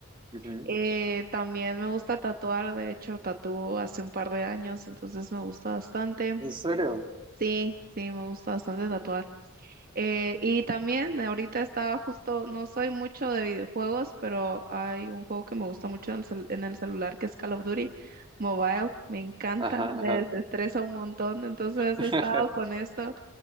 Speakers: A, on the right (about 25°); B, on the right (about 45°).
A: Ujú.
B: Eh, también me gusta tatuar, de hecho, tatúo hace un par de años, entonces me gusta bastante.
A: ¿En serio?
B: Sí, sí, me gusta bastante tatuar. Eh, y también ahorita estaba justo, no soy mucho de videojuegos, pero hay un juego que me gusta mucho en el, cel- en el celular que es Call of Duty Mobile. Me encanta,
A: Ajá,
B: me
A: ajá.
B: desestresa un montón. Entonces
A: <laughs>
B: he estado con esto,